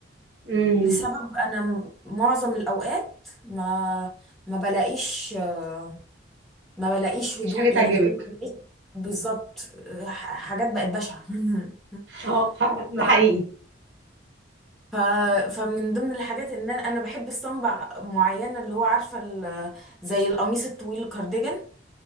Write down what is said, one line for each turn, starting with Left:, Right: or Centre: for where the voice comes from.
Right: امم
Centre: لسبب انا م- معظم الاوقات ما ما بلاقيش آه، ما بلاقيش
Right: مفيش
Centre: هدوم
Right: حاجه تعجبك
Centre: يعني إيه، ما بلاقيش بالظبط ح- حاجات بقت بشعه <laughs>
Right: اه فعلا ده
Centre: ف
Right: حقيقي
Centre: ف فمن ضمن الحاجات ان انا انا بحب الصنبع معينه اللي هو عارفه ال- زي القميص الطويل الكارديجان